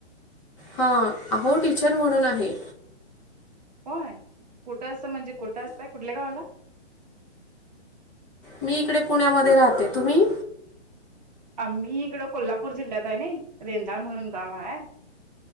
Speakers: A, on the left; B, on the right.
A: हां अहो टीचर म्हणून आहे.
B: होय कुठं असं म्हणजे कुठं असतंय कुठल्या गावाला.
A: मी इकडे पुण्यामध्ये राहते तुम्ही.
B: आम्ही इकडं कोल्हापूर जिल्ह्यात आहे ना रेंदाळ म्हणून गाव हा.